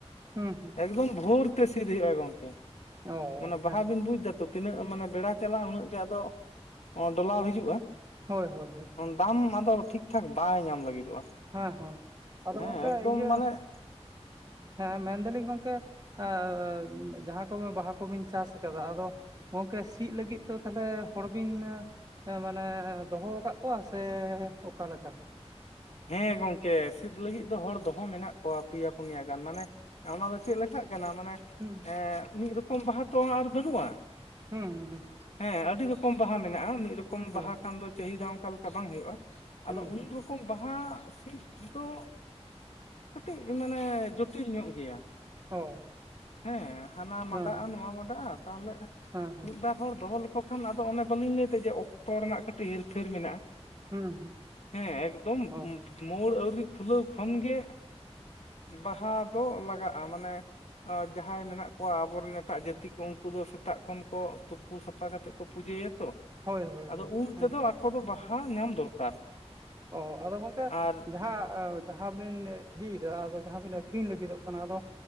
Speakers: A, on the right; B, on the left.
A: ᱦᱩᱸ ᱦᱩᱸ
B: ᱮᱠᱫᱚᱢ ᱵᱷᱳᱨ ᱛᱮ ᱥᱤᱫᱽ ᱦᱩᱭᱩᱜᱼᱟ ᱜᱚᱝᱠᱮ
A: ᱚ
B: ᱚᱱᱟ ᱵᱟᱦᱟ
A: ᱦᱮᱸ
B: ᱵᱤᱱ ᱵᱩᱡᱫᱟ ᱛᱚ? ᱛᱤᱱᱟᱹᱜ ᱢᱟᱱᱮ ᱵᱮᱲᱟ ᱪᱟᱞᱟᱜᱼᱟ ᱩᱱᱟᱹᱜ ᱜᱮ ᱟᱫᱚ ᱰᱚᱞᱟᱣ ᱦᱤᱡᱩᱜᱼᱟ᱾
A: ᱦᱳᱭ ᱦᱳᱭ ᱦᱳᱭ᱾
B: ᱫᱟᱢ ᱟᱫᱚ ᱴᱷᱤᱠ ᱴᱷᱟᱠ ᱵᱟᱭ ᱧᱟᱢ ᱞᱟᱹᱜᱤᱫᱚᱜᱼᱟ᱾
A: ᱦᱮᱸ ᱦᱮᱸ ᱟᱫᱚ
B: ᱦᱮᱸ
A: ᱜᱚᱝᱠᱮ
B: ᱮᱠᱫᱚᱢ
A: ᱤᱭᱟᱹ
B: ᱢᱟᱱᱮ
A: ᱦᱮᱸ ᱢᱮᱱᱫᱟᱞᱤᱧ ᱜᱚᱝᱠᱮ ᱮᱸ ᱡᱟᱦᱟᱸ ᱠᱚᱵᱮᱸ ᱵᱟᱦᱟ ᱠᱚᱵᱤᱱ ᱪᱟᱥ ᱠᱟᱫᱟ ᱟᱫᱚ ᱜᱚᱝᱠᱮ ᱥᱤᱜ ᱞᱟᱹᱜᱤᱫ ᱛᱚ ᱛᱟᱦᱞᱮ ᱦᱚᱲ ᱵᱤᱱ ᱮ ᱢᱟᱱᱮ ᱫᱚᱦᱚᱣ ᱠᱟᱜ ᱠᱚᱣᱟ ᱥᱮ ᱚᱠᱟᱞᱮᱠᱟ?
B: ᱦᱮᱸ ᱜᱚᱝᱠᱮ ᱥᱤᱫᱽ ᱞᱟᱹᱜᱤᱫ ᱫᱚ ᱦᱚᱲ ᱫᱚᱦᱚ ᱢᱮᱱᱟᱜ ᱠᱚᱣᱟ ᱯᱮᱭᱟ ᱯᱩᱱᱭᱟᱹ ᱜᱟᱱ ᱢᱟᱱᱮ ᱚᱱᱟ ᱫᱚ ᱪᱮᱜ ᱞᱮᱠᱟᱜ ᱠᱟᱱᱟ ᱢᱟᱱᱮ
A: ᱦᱩᱸ
B: ᱮᱸ ᱢᱤᱜ ᱨᱚᱠᱚᱢ ᱵᱟᱦᱟ ᱛᱚ ᱟᱨ ᱵᱟᱹᱱᱩᱜᱼᱟ᱾
A: ᱦᱩᱸ ᱦᱩᱸ ᱦᱩᱸ
B: ᱦᱮᱸ ᱟᱹᱰᱤ ᱨᱚᱠᱚᱢ ᱵᱟᱦᱟ ᱢᱮᱱᱟᱜᱼᱟ ᱢᱤᱜ ᱨᱚᱠᱚᱢ
A: ᱦᱳᱭ
B: ᱵᱟᱦᱟ ᱠᱷᱟᱱ ᱫᱚ ᱪᱟᱹᱦᱤᱫᱟ ᱚᱝᱠᱟ ᱞᱮᱠᱟ ᱵᱟᱝ ᱦᱩᱭᱩᱜᱼᱟ᱾
A: ᱦᱩᱸ
B: ᱟᱫᱚ ᱩᱱ
A: ᱦᱩᱸ
B: ᱨᱚ ᱵᱟᱦᱟ ᱥᱤᱫᱽ ᱫᱚ ᱠᱟᱹᱴᱤᱡ ᱢᱟᱱᱮ ᱡᱚᱴᱤᱞ ᱧᱚᱜ ᱜᱮᱭᱟ᱾
A: ᱚ
B: ᱦᱮᱸ ᱦᱟᱱᱟ
A: ᱦᱮᱸ
B: ᱢᱟᱸᱰᱟᱜᱼᱟ ᱱᱚᱣᱟ ᱢᱟᱸᱰᱟᱜᱼᱟ ᱛᱟᱦᱞᱮ
A: ᱦᱮᱸ ᱦᱮᱸ
B: ᱢᱤᱜ ᱵᱟ ᱦᱚᱲ ᱫᱚᱦᱚ ᱞᱮᱠᱚ ᱠᱷᱟᱱ ᱟᱫᱚ ᱚᱱᱮ ᱵᱟᱹᱞᱤᱧ ᱞᱟᱹᱭᱫᱟ ᱡᱮ ᱚᱠᱛᱚ ᱨᱮᱱᱟᱜ ᱠᱟᱹᱴᱤᱡ ᱦᱮᱨ-ᱯᱷᱮᱨ ᱢᱮᱱᱟᱜᱼᱟ᱾
A: ᱦᱩᱸ
B: ᱦᱮᱸ
A: ᱦᱩᱸ ᱚ
B: <inaudible> ᱢᱳᱲ ᱟᱹᱣᱨᱤ ᱠᱷᱩᱞᱟᱹᱣ ᱠᱷᱚᱱ ᱜᱮ ᱵᱟᱦᱟ ᱫᱚ ᱞᱟᱜᱟᱜᱼᱟ ᱢᱟᱱᱮ ᱟ ᱡᱟᱦᱟᱸᱭ ᱢᱮᱱᱟᱜ ᱠᱚᱣᱟ ᱟᱵᱚᱨᱮᱱ ᱮᱴᱟᱜ ᱡᱟᱹᱛᱤ ᱠᱚ ᱩᱝᱠᱩ ᱫᱚ ᱥᱮᱛᱟᱜ ᱠᱷᱚᱱ ᱠᱚ ᱛᱩᱯᱩ ᱥᱟᱯ ᱯᱟ ᱠᱷᱟᱛᱮᱜ ᱠᱚ ᱯᱩᱡᱟᱹᱭᱟ ᱛᱚ
A: ᱦᱳᱭ ᱦᱳᱭ
B: ᱟᱫᱚ
A: ᱦᱳᱭ
B: ᱩᱱ
A: ᱦᱮᱸ
B: ᱛᱮᱫᱚ ᱟᱠᱚ ᱫᱚ ᱵᱟᱦᱟ ᱧᱟᱢ ᱫᱚᱨᱠᱟᱨ᱾
A: ᱚ ᱟᱫᱚ ᱜᱚᱝᱠᱮ
B: ᱟᱨ
A: ᱡᱟᱦᱟᱸ ᱮ ᱡᱟᱦᱟᱸ ᱵᱤᱱ ᱤᱫᱤᱭᱫᱟ ᱟᱫᱚ ᱡᱟᱦᱟᱸ ᱵᱤᱱ ᱟᱹᱷᱨᱤᱧ ᱞᱟᱹᱜᱤᱫᱚᱜ ᱠᱟᱱᱟ ᱟᱫᱚ